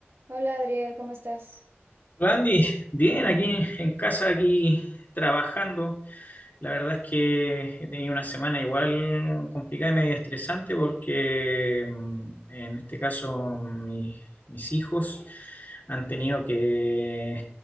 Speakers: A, on the right; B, on the left.
A: Hola Adriel, ¿cómo estás?
B: Hola, Andy, bien, aquí en casa, aquí trabajando. La verdad es que he tenido una semana igual complicada y medio estresante porque mm, en este caso mi- mis hijos han tenido que,